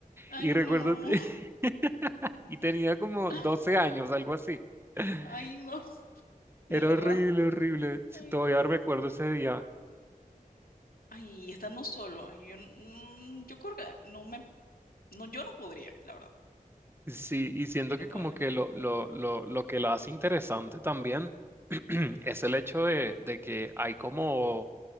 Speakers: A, on the left; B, on the right.
A: Ay,
B: y recuerdo,
A: no.
B: <laughs> y tenía como
A: <laughs>
B: 12 años, algo así. <laughs>
A: Ay, no. De
B: Era
A: verdad.
B: horrible, horrible. Sí,
A: Ay,
B: Todavía
A: no.
B: recuerdo ese día.
A: Ay, y estando solo. Ay, yo, mm, yo creo que no me, no, yo no podría, la verdad.
B: Sí, y siento
A: Yo no
B: que
A: podría.
B: como que lo, lo, lo, lo que lo hace interesante también <clears throat> es el hecho de, de que hay como